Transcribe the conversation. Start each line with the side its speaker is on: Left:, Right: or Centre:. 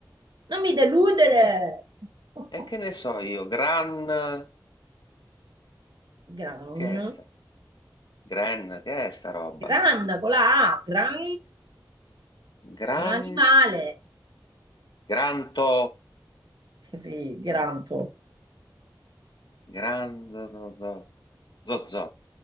Right: non mi deludere.
Left: Eh,
Right: <laughs>
Left: E che ne so io, Gran,
Right: Gran,
Left: che è sta? Gran, che è sta roba?
Right: gran con la A, gran
Left: Gran,
Right: è un animale.
Left: Granto,
Right: Sì, granto.
Left: che è? Grando, do, do. Zo, zo,